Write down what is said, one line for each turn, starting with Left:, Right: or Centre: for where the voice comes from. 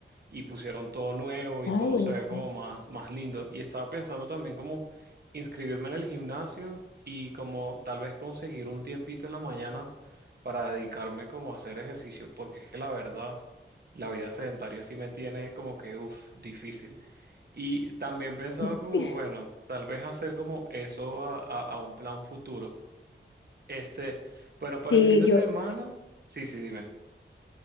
Right: y pusieron todo nuevo y
Left: Ay,
Right: todo
Left: buenísimo.
Right: se ve como más, más lindo. Y estaba pensando también como inscribirme en el gimnasio y como tal vez conseguir un tiempito en la mañana para dedicarme como a hacer ejercicio, porque es que la verdad, la vida sedentaria sí me tiene como que, uff, difícil. Y también pensaba
Left: <laughs>
Right: como, bueno, tal vez hacer como eso a a- a un plan futuro. Este, bueno, para
Left: Sí,
Right: el fin de
Left: yo,
Right: semana, sí, sí, dime.